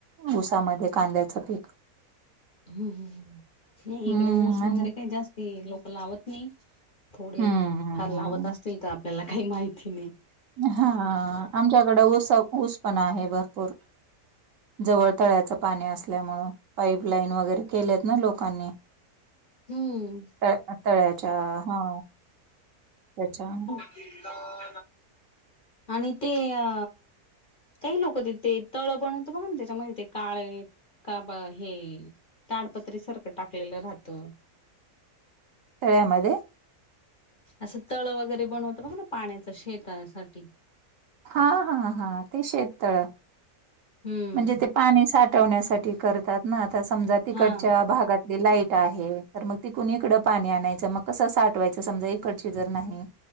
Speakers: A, on the right; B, on the left.
A: ऊसामध्ये कांद्याच पीक
B: हम् नाही
A: हम्म
B: इकडे ऊस वगैरे
A: आणि
B: काही जास्त लोक लावत नाही. थोडे
A: हम्म हम्म
B: फार लावत असतील तर आपल्याला काही माहिती नाही.
A: हां आमच्याकडे ऊस ऊसपण आहे भरपूर. जवळ तळ्याचं पाणी असल्यामुळ. पाईप लाईन वगैरे केल्यात ना लोकांनी,
B: हम्म
A: तळ तळ्याच्या हां याच्या.
B: <unintelligible> आणि ते अ. काही लोक तीथे ते तळ बनवतना बघा त्याच्यामध्ये ते काळय का हे ताडपत्री सारख टाकलेल राहत.
A: तळ्यामध्ये?
B: असं तळ वगैरे बनवत बघ ना पाण्याच शेतासाठी.
A: हा हा हा ते शेततळ.
B: हम्म
A: म्हणजे ते पाणी साठवण्यासाठी करतात ना आता समजा तिकडच्या
B: हा
A: भागात. लाईट आहे तर मग तीकुण इकड पाणी आणायच मग कस साठवायच समजा इकडची जर नाही.